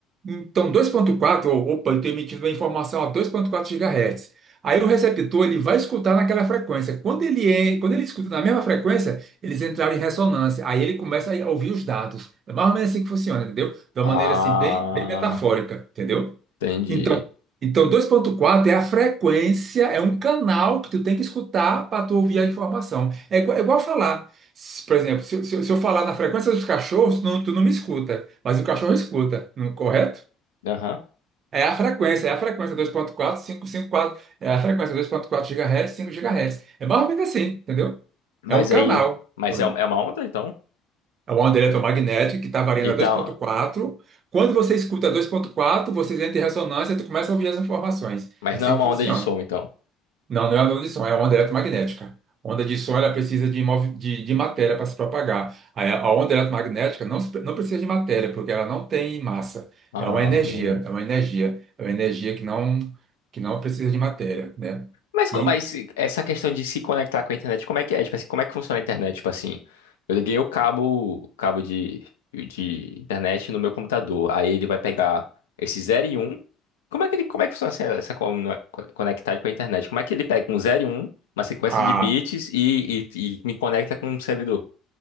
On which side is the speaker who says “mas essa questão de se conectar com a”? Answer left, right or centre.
Left